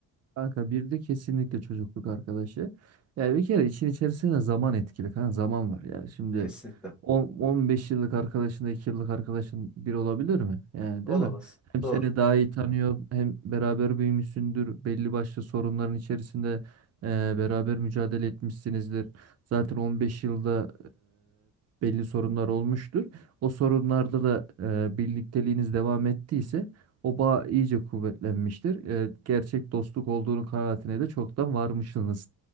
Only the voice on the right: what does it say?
Kanka bir de kesinlikle çocukluk arkadaşı. Yani bir kere için içerisinde zaman etkili kanka zaman var. Yani şimdi
10, 15 yıllık arkadaşınla 2 yıllık arkadaşın bir olabilir mi? Yani
değil mi? Hem
seni daha iyi tanıyor hem beraber büyümüşsündür. Belli başlı sorunların içerisinde e, beraber mücadele etmişsinizdir. Zaten 15 yılda e, belli sorunlar olmuştur. O sorunlarda da e, birlikteliğiniz devam ettiyse o bağ iyice kuvvetlenmiştir. E, gerçek dostluk olduğunu kanaatine de çoktan varmışsınız.